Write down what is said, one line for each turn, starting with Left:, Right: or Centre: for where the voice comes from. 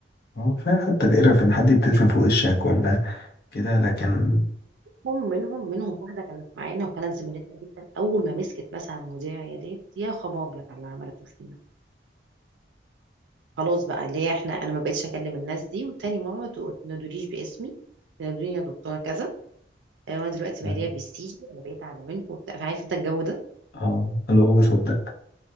Left: آه، كفاية حتى القرف إن حد يبتسم في وشك ولا كده لكن
Right: هم منهم منهم واحده كانت معانا وكانت زميلتنا جدا اول ما مسكت مثلا مذيع عيادات يا خباب يا جدع اللي عملته فينا خلاص بقى اللي هي احنا انا ما بقتش اكلم الناس دي وتاني ماما ما تو- ما تنادوليش باسمي تنادوني يا دكتوره كذا انا دلوقتي
Left: مم.
Right: بقى ليا برستيج انا بقيت اعلى منكم وبتاع فعارف انت الجو ده
Left: آه اللي هو بصدق